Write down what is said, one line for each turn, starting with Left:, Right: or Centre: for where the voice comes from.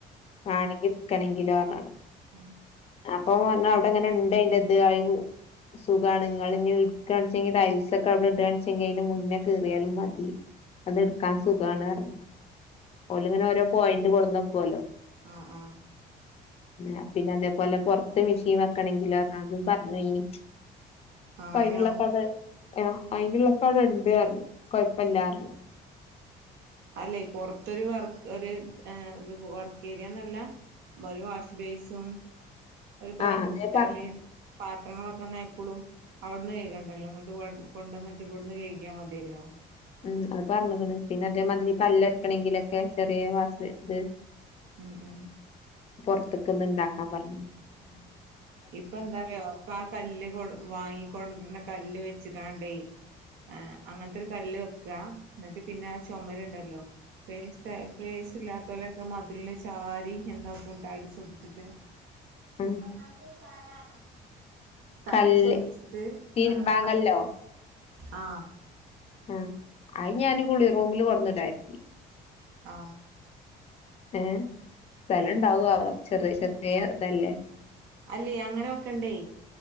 Left: ആണങ്കിൽ <unintelligible>
Right: ഉ
Left: അപ്പൊ പറഞ്ഞു അവിടെങ്ങനെ ഇണ്ട് അതിന്റെത് അത് സുഖണ് ഇങ്ങളിഞ്ഞ് ട്ക്കാണ്ചെങ്കി ടൈൽസ ഒക്കെ അവിടെ ഇടുകെച്ചെങ്കി അയ്ന്റെ മുന്നേ കീറിയാലും മതി അന്ന് എടുക്കാൻ സുഖമാണ് പറഞ്ഞു ഓല്ങ്ങനോരോ പോയി <unintelligible> ഇത് ആക്കുവല്ലോ
Right: ആഹ ആ
Left: ആ പിന്നെ അതേപോലെ പുറത്തു മിഷീൻ വെക്കണമെങ്കിലും അതും പറഞ്ഞു ഇനി പൈനുള്ള
Right: അയിനോ
Left: കഥ ആ അയിനുള്ളക്കെ അവിടെഉണ്ട് ന്നു കൊഴപ്പില്ലായിരുന്നു
Right: അല്ലെ പൊറത്തൊരു വർ ഒരു ഇ വർക്ക്ഏരിയന്നല്ല ഒരു വാഷ് ബേസും ഒരു പൈപ്പൂട്ടാല്
Left: ആഹ് അതേ പർഞ്ഞു
Right: പ ങ്ങളൊക്കെ എന്നാൽ എപ്പോഴും അവിടുന്ന് കേൾക്കേണ്ടല്ലോ ഇങ്ങോട്ട് കൊണ്ടുവന്നിട്ട് ഇവിടുന്ന് <unintelligible> മതിയല്ലോ
Left: ഉം അത് പറഞ്ഞണ് പിന്നെ അതേമാതിരി പല്ലരക്കണെങ്കിലൊക്കെ ചെറിയ വാസ ഇത്
Right: ഉം ഉം
Left: പുറത്തക്കന്ന് ഇണ്ടാക്കാൻ പറഞ്ഞ
Right: ഉ ഇപ്പൊ എന്താ റയോ ഇപ്പ ആ കല്ല് കൊ വാങ്ങിക്കൊണ്ടിരുന്ന കല്ല് വെ വച്ച് കാണ്ടേ ആ അങ്ങനത്തൊരു കല്ല് കൊ ക്ക എന്നിട്ട് പിന്നെ ചുമര് ഉണ്ടല്ലോ പേസ് പ്ലേസ് ഇല്ലാത്ത പോലൊക്കെ മതില് ചാരി ക്കുന്ന ഫോ ടൈൽസ് വച്ചിട്ട്
Left: ഉം
Right: അതിനാത്തി ചാരാന് ടൈൽസ്
Left: കല്ല്
Right: ഒട്ടിച്ചിട്ട്
Left: തിരുമ്പാൻ
Right: ആ ആ
Left: കല്ലോ
Right: ആ
Left: ആ അത് ഞാൻ കുളി റൂമില് വന്നിട്ടായിരിക്ക
Right: ആ
Left: ഏ സ്ഥലണ്ടാവ ആവ ചെറിയ ചെറിയ ഇതല്ലേ
Right: അല്ലേ അങ്ങനൊക്കെണ്ടേ